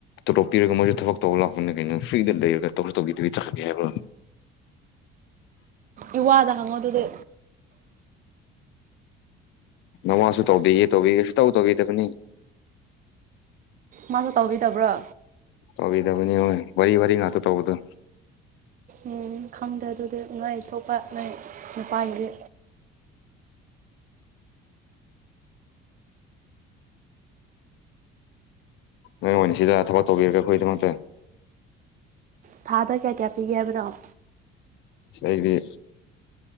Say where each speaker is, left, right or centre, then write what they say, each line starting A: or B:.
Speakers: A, on the left; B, on the right.
A: ꯇꯣꯇꯣꯛꯄꯤꯔꯒ ꯃꯣꯏꯁꯨ ꯊꯕꯛ ꯇꯧꯕ ꯂꯥꯛꯄꯅꯤꯅ ꯀꯩꯅꯣ ꯁꯏꯗ ꯂꯩꯔꯒ ꯇꯧꯔ ꯇꯧꯈꯤꯗꯗꯤ ꯑꯦꯕꯨ
B: ꯏ ꯋꯥꯗ ꯍꯪꯉꯣ ꯑꯗꯨꯗꯤ
A: ꯅꯃꯁꯨ ꯇꯧꯕꯤꯒꯦ ꯇꯧꯕꯤꯒꯦ ꯁ ꯇꯧ ꯇꯧꯕꯤꯗꯕꯅꯤ
B: ꯃꯥꯁꯨ ꯇꯧꯕꯤꯗꯕ꯭ꯔꯣ
A: ꯀꯕꯤꯗꯕꯨꯅꯦ ꯋꯥꯔꯤꯔꯤ ꯋꯥꯔꯤꯔꯤ ꯉꯅꯥꯥꯛꯇ ꯇꯧꯗ
B: ꯎ ꯈꯪꯗꯦ ꯑꯗꯨꯗꯤ ꯉꯣꯏ ꯊꯣꯛꯄ ꯅꯣꯏ ꯅꯨꯄꯥꯥꯟꯒꯤ
A: ꯅꯣꯏ ꯑꯣꯏꯅ ꯁꯤꯗ ꯊꯕꯛ ꯇꯧꯕꯤꯔꯒꯦ ꯑꯩꯈꯣꯏꯒꯤꯗꯃꯛꯇ
B: ꯊꯥꯗ ꯀꯌꯥ ꯀꯌꯥ ꯄꯤꯒꯦ ꯍꯥꯏꯕꯅꯣ
A: ꯑꯩꯗꯤ